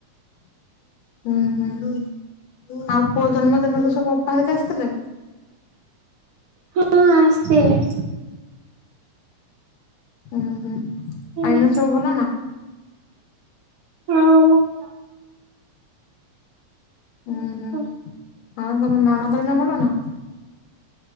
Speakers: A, on the left; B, on the right.
A: ହୁଁ ହୁଁ ଆଉ ପୁଅ ଜନ୍ମଦିନରୁ ସବୁ ଅପାହାରିକି ଆସିଥିଲେ
B: ହଁ ଆସିଥିଲି
A: ହୁଁ ହୁଁ
B: ହୁଁ
A: ଆଇନ ସବୁ ଭଲ ନା
B: ହଁମନା ହଁ
A: ହୁଁ ହୁଁ ଆଉ ତମ ନଣନ୍ଦ ଏଇନା ଭଲ ନା?